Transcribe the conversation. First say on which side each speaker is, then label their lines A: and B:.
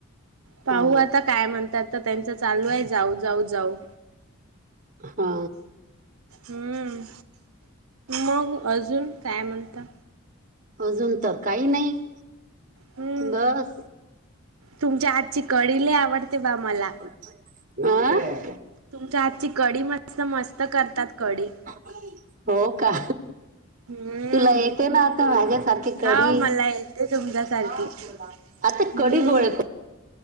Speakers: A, on the right; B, on the right.
A: पाहू
B: हा
A: आता काय म्हणतात तर त्यांच चालू आहे जाऊ जाऊ जाऊ
B: हा
A: हम्म मग अजून काय म्हणता
B: अजून तर काही नाही
A: हम्म
B: बस
A: तुमच्या हातची कडी ले आवडते बा मला
B: आं
A: तुमच्या हातची कडी मस्त मस्त करतात कडी
B: हो का
A: हम्म
B: तुला येते ना आता माझ्यासारखी कडी
A: हा मला येते तुमच्यासारखी.
B: हा बोला आता
A: हम्म
B: कडी गोळ